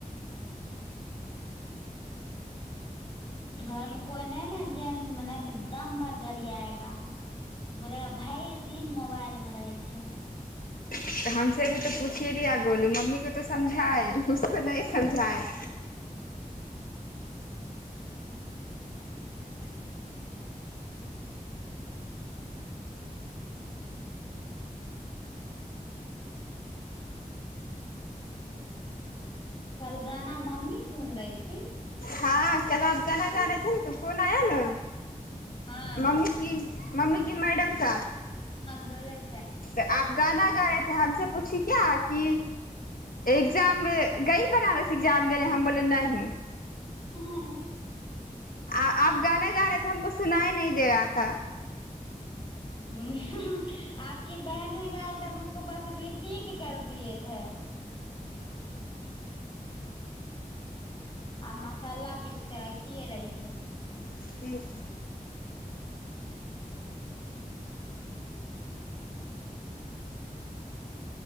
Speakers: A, on the left (about 35°); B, on the left (about 75°).
A: घर मे कोई नहि ने जेंटस मे नहि तऽ दम भर गरियाएगा बोलेा भरि दिन मोबाइल मे रहै छै
B: तऽ हमस अ भी तऽ पूछीये लीया गोलू मम्मी को तो समझाए उसको नहि समझाए
A: घर की जगह हल भैाया ह त कल गाना मम्मी सुन रही थी
B: हँ कल आप गाना गा रहेथे तू फोन आया ने
A: हाँ
B: मम्मी की मम्मी की मैडम का
A: बोल
B: तऽ आप गाना गा रहेथे हम से पूछी क्या की एग्जाम गई बनारस एग्जाम देने हम बोले नह
A: हुँ हुम्
B: आ आब गाना रहेथे हमको सुनाइ नहि दे रहा था
A: हुँ हं आपकी बहने गााय तऽब उसको बस रिपीट कर दिएथे आ मसाला पीस ते ऐसे रहिे
B: ठीक